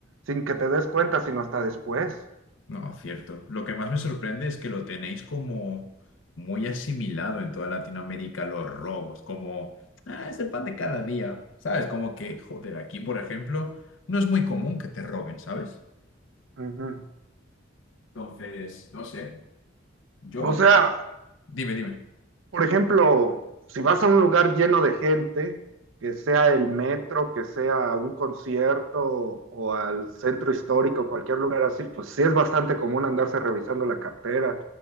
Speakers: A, on the right; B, on the left.
A: sin que te des cuenta, sino hasta después.
B: No, cierto. Lo que más me sorprende es que lo tenéis como muy asimilado en toda Latinoamérica, los robos, como, "Ah, es el pan de cada día, ¿sabes? Como que, joder, aquí, por ejemplo, no es muy común que te roben, ¿sabes?
A: Ujú.
B: Entonces, no sé, yo...
A: O sea,
B: Dime, dime.
A: por ejemplo, si vas a un lugar lleno de gente, que sea el metro, que sea un concierto o al centro histórico, cualquier lugar así, pues sí es bastante común andarse revisando la cartera.